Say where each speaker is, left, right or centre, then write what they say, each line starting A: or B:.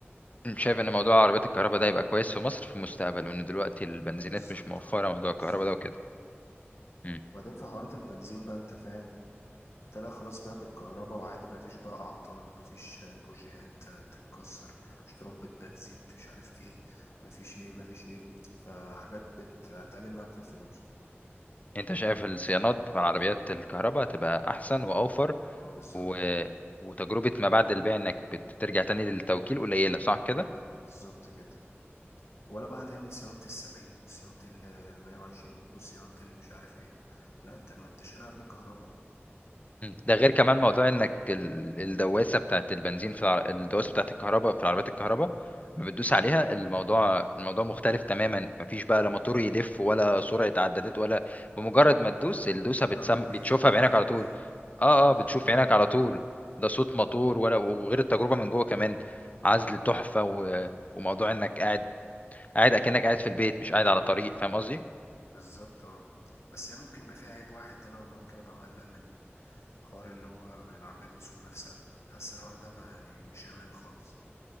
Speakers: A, on the left; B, on the left.
A: شايف ان موضوع عربيات الكهرباء ده يبقى كويس في مصر في المستقبل وان دلوقتي البنزينات
B: بالظبط
A: مش موفره
B: اه
A: موضوع
B: بالظبط
A: الكهرباء ده وكده مم.
B: وبعدين في حوارات البنزين بقى انت فاهم انت لا خلاص بقى بالكهرباء وعادي مفيش بقى اعطال مفيش آه، بوجيهات آه، تتكسر مش ترمبة بنزين مش عارف ايه مفيش ايه مفيش ايه فحاجات بت... هتقلل معاك في الفلوس
A: انت شايف الصيانات بتاع العربيات الكهرباء تبقى احسن واوفر
B: اه بالظبط
A: و... وتجربة ما بعد البيع انك بترجع تاني للتوكيل قليلة صح كده؟
B: مم، بالظبط كده ولا بقى هتعمل صيانة السبعين وصيانة المية وعشرين وصيانة مش عارف ايه لا انت ما انت شارع عربية كهرباء
A: مم. ده غير كمان موضوع انك ال- الدواسة بتاعت البنزين في العر... الدواسة بتاعت الكهرباء في العربيات الكهرباء ما بتدوس عليها الموضوع الموضوع مختلف تماما مفيش بقى لا موتور يلف ولا سرعة عدادات ولا بمجرد ما تدوس الدوسة
B: ولا
A: بتسم...
B: ار بي
A: بتشوفها
B: ام
A: بعينك
B: يعمل
A: على طول اه
B: ولا
A: اه بتشوف عينك
B: اه
A: على طول ده صوت موتور ولا وغير التجربة من جوه كمان عزل تحفة و... وموضوع انك قاعد قاعد اكنك قاعد في البيت مش قاعد على طريق فاهم قصدي؟
B: بالظبط اه بس هي ممكن يبقى فيها عيب واحد انا ممكن ابقى مقلق منه حوار اللي هو العربية بتسوق نفسها حاسس الحوار ده ما يعني مش امان خالص